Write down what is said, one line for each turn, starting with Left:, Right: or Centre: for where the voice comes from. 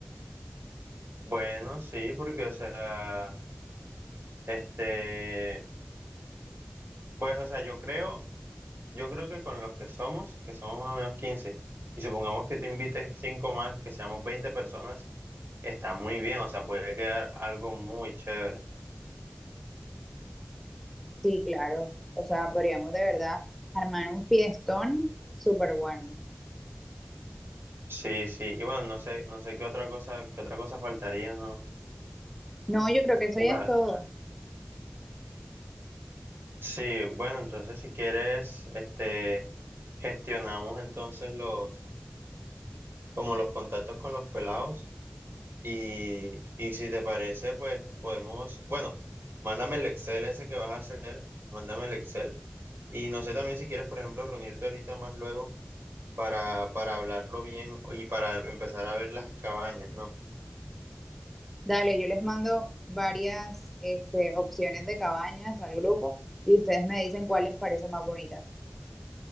Right: Bueno, sí, porque, o sea, este, pues, o sea, yo creo, yo creo que con los que somos, que somos más o menos 15 y supongamos que te invites cinco más, que seamos 20 personas, está muy bien, o sea, puede quedar algo muy chévere.
Centre: Sí, claro. O sea, podríamos de verdad armar un fiestón súper bueno.
Right: Sí, sí, y bueno, no sé, no sé qué otra cosa, qué otra cosa faltaría, ¿no?
Centre: No, yo creo que eso
Right: O
Centre: ya
Right: sea,
Centre: es todo.
Right: sí, bueno, entonces si quieres, este, gestionamos entonces los, como los contactos con los pelados y, y si te parece, pues podemos, bueno, mándame el Excel ese que vas a hacer, mándame el Excel y no sé también si quieres, por ejemplo, reunirte ahorita más luego para, para hablarlo bien y para empezar a ver las cabañas, ¿no?
Centre: Dale, yo les mando varias este, opciones de cabañas al grupo y ustedes me dicen cuál les parece más bonita.